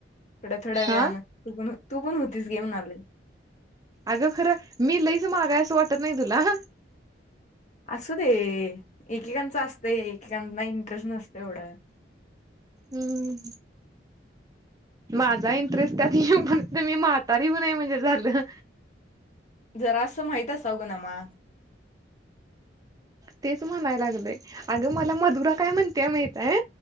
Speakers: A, on the left (about 40°); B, on the right (about 20°).
A: थोड्या थोड्या
B: हा
A: वेळने तू पण तू पण होतीस गे म्हणाले.
B: अगं खरं मी लईच माग हाय असं वाटत नाय तुला
A: असू दे. एकेकांच असत एकेकांना इंटरेस्ट नसते एवढं
B: हम्म माझा इंटरेस्ट त्यात येऊ पर्यंत मी म्हातारी होऊ नये म्हणजे झालं.
A: जरा असं माहित असावं ग नमा
B: तेच म्हणाय लागलंय अगं मला मधुरा काय म्हणतेय माहित हाय.